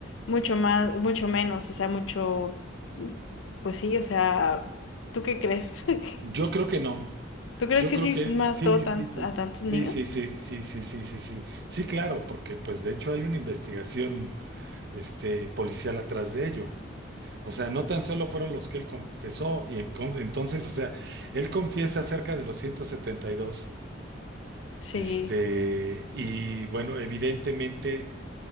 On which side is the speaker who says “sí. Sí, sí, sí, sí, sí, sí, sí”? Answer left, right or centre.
Right